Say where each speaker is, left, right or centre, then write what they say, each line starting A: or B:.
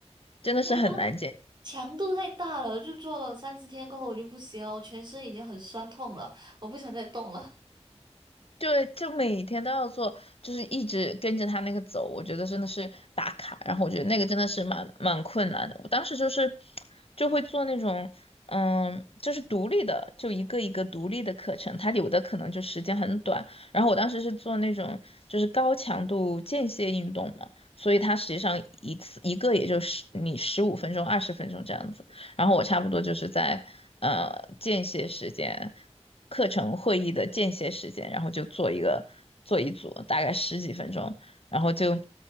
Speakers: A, on the left; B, on the right.
A: 真的是很难坚。
B: 因为它强度太大了，我就做了三四天过后我就不行了，我全身已经很酸痛了，我不想再动了。
A: 对，就每天都要做，就是一直跟着他那个走，我觉得真的是打卡。然后我觉得那个真的是蛮蛮困难的。我当时就是就会做那种，嗯，就是独立的，就一个一个独立的课程，它有的可能就时间很短。然后我当时是做那种就是高强度间歇运动嘛，所以它实际上一次一个也就是你十五分钟、二十分钟这样子。然后我差不多就是在呃间歇时间，课程会议的间歇时间，然后就做一个做一组，大概十几分钟，然后就